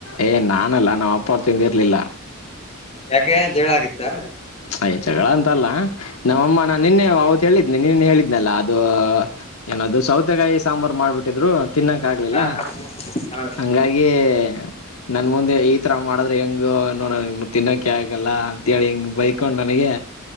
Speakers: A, on the left; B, on the left.
A: ಏ ನಾನಲ್ಲ ನಮ್ಮ್ ಅಪ್ಪ ಅವರು ತಿಂದಿರ್ಲಿಲ್ಲ
B: ಯಾಕೆ ಜಗಳ ಆಗಿತ್ತಾ
A: ಆಯ್ ಜಗಳ ಅಂತಲ್ಲ ನಮ್ಮಮ್ಮ ನಾನ್ ನಿನ್ನೆ ಅವತ್ ಹೇಳಿದ್ನನೆ ನಿನ್ನ ಹೇಳಿದ್ನಲ್ಲಾ ಅದು ಏನ ಸೌತೆಕಾಯಿ ಸಾಂಬಾರು ಮಾಡ್ಬಿಟ್ಟಿದ್ರು ತಿನ್ನಕ ಆಗ್ಲಿಲ್ಲ
B: ಹಾ ಹಾ ಹೌದಾ
A: ಹಂಗಾಗಿ ನನ್ ಮುಂದೆ ಈ ತರ ಮಾಡಿದ್ರೆ ಹೆಂಗುನ್ನೋ ನ ತಿನ್ನೋಕೆ ಆ ಹಾಗಲ್ಲ ಅಂತೇಳಿ ಹಿಂಗ್ ಬೈಕೊಂಡ್ ನನಗೆ